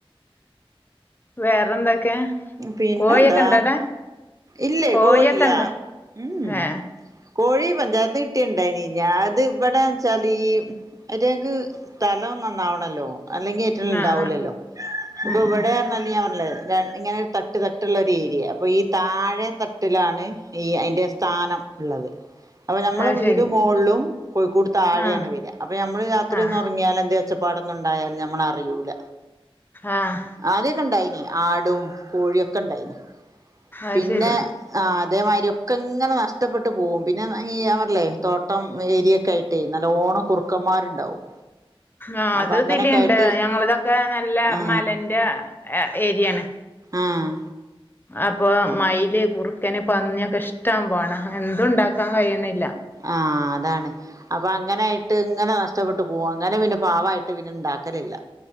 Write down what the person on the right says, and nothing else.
പിന്നെന്താ
ഇല്ലേ
കോയില്ല
ഉം
കോഴി പഞ്ചായത്ത് കിട്ടിയണ്ടായിനി ഞാഅത് വടെച്ചാല് ഈ ഐറ്റങ്ങക്ക് സ്ഥലം നന്നാവണല്ലോ അല്ലെങ്കി റ്റൾണ്ടാവൂലല്ലോ,
ഇപ്പൊ
വടെർഞ്ഞാല്
ഞാപർഞ്ഞ്ലേ ര ഇങ്ങനെ തട്ട് തട്ട്ള്ളര് ഏരിയ, അപ്പൊ ഈ താഴെ തട്ടിലാണ് ഈ അയ്ന്റെ സ്ഥാനംഇള്ളത് അപ്പൊ നമ്മളെ
വീട്
മോളിലും കോഴിക്കൂട് താഴെയാണ്
വെര. അപ്പൊ നമ്മള് രാത്രി
ഒന്നു ഉറങ്ങിയാൽ എന്ത ച്ചപ്പാടൊന്നുണ്ടായാൽ നമ്മളറിയൂല
ആദ്യൊക്കെണ്ടായിന് ആടും കോഴിയൊക്കെ ഇണ്ടായിന്
പിന്നെ
ആ അതേമാതിരി ഒക്കെ ഇങ്ങനെ നഷ്ടപ്പെട്ട് പോകും പിന്നെ ഞപറഞ്ഞിട്ടല്ലെ തോട്ടം ഏരിയൊക്കെ ആയി ട്ടെ നല്ലോണം കുറുക്കന്മാരുണ്ടാവും
അപ്പൊ അങ്ങനെയൊക്കെ
ആയിട്ട്
ആ
ആഹ്
ആഹ് അതാണ് അപ്പങ്ങനായിട്ട് ങ്ങനെ നഷ്ടപ്പെട്ട് പോവു. അങ്ങനെ പിന്നെ പാവായിട്ട് പിന്നെണ്ടാക്കലില്ല